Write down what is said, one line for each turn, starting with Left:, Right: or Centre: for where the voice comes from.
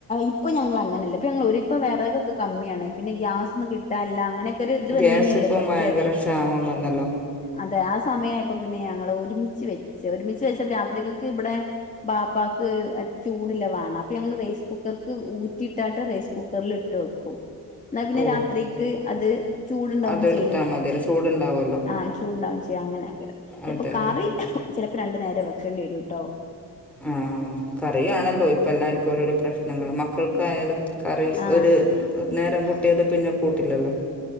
Left: ഇപ്പൊ ഞങ്ങൾ അങ്ങനെയല്ല ഇപ്പൊ ഞങ്ങൾ അങ്ങനെഅല്ല ഇപ്പോ ഞങ്ങൾ ഒര് ഇപ്പൊ വെറകൊക്കെ കമ്മിയാണ് പിന്നെ ഗ്യാസൊന്നും കിട്ടാനില്ല അങ്ങനെ ഒര്‌ ഇത്
Centre: ഗ്യാസ്
Left: വന്നീനല്ലേ
Centre: ഇപ്പം
Left: കൊറച്ച്
Centre: ഭയങ്കര ക്ഷാമം വന്നല്ലോ
Left: അതെ സമയമായപ്പോ പിന്നെ ഞങ്ങള് ഒരുമിച്ച് വെച്ച് ഒരുമിച്ച് വെച്ച രാ രാത്രികക്ക് ഇബടെ ബാപ്പാക്ക് ചൂട് ഉള്ളത് വേണം അപ്പൊ ഞങ്ങള് റൈസ് കുക്കർ ക്ക് ഊറ്റി ഇട്ടാണ്ട് റൈസ് കുക്കറിൽ ഇട്ട് വെക്കും. എന്നാൽ പിന്നെ
Centre: ഓ
Left: രാത്രിക്ക് അത് ചൂടുണ്ടാവും
Centre: അതെടുത്താൽ
Left: ചെയ്യും
Centre: മതിയല്ലോ ചൂടുണ്ടാവുമല്ലോ
Left: ആ ചൂട്ണ്ടാവും ചെയ്യും അങ്ങനെ ആക്കൽ ചെലപ്പോ
Centre: അതെ
Left: കറി
Centre: അതെ
Left: ചിലപ്പോ രണ്ടു നേരം വെക്കേണ്ടി വരുട്ടോ
Centre: ആ കറിയാണല്ലോ അപ്പോ എല്ലാർക്കും ഒരോരോ പ്രശ്നങ്ങളും മക്കൾക്കായാലും കറി
Left: ആ
Centre: ഒരു നേരം കുട്ടിയത് പിന്നെ കൂട്ടില്ലല്ലോ